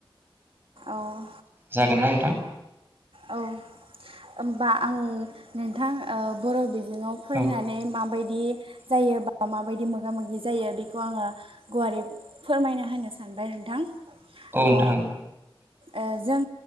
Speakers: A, on the right; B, on the right.
A: औ
B: जागोन ना नोंथां
A: औ होनबा आं नोंथां ओ बर' बि जोङाव फरायनानै
B: औ
A: माबायदि जायो माबायदि मोगा मोगि जायो बेखौ आङो गुवारै फोरमायना होनो सानबाय नोंथां
B: औ नोंथां
A: ओ‌ ओ जों